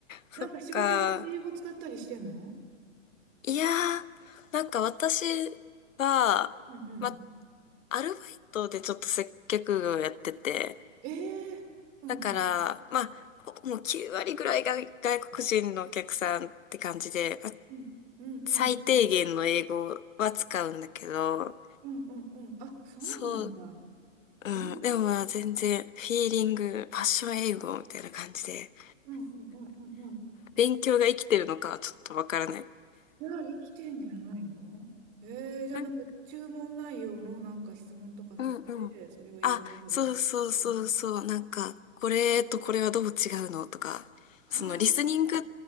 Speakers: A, on the left; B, on the right.
A: そっか。
B: なんか仕事で英語使ったりしてんの
A: いやー、なんか私は、
B: うんうん。
A: ま、アルバイトでちょっと接客業やってて、
B: ええうんうん。
A: だから、まあ、ほもう9割ぐらいが外国人のお客さんって感じで、
B: うん、うん、うん、
A: 最低限の英語は使うんだけど、
B: うん、うん、うん、あ、そうなんだ。
A: そう、うん、
B: へえ、
A: でもまあ全然、フィーリング、パッション英語みたいな感じで、
B: うん、うん、うん、うん、うん。
A: 勉強が生きてるのかはちょっとわからない。
B: じゃあ、生きてんじゃないのえー、じゃあ、
A: なん
B: なんか、注文内容のなんか質問とかされて、
A: うんうん。
B: それを英語で喋っ
A: あ、そうそうそうそう、
B: て。
A: なんか、これとこれはどう違うのとか、
B: ああ、
A: そのリスニング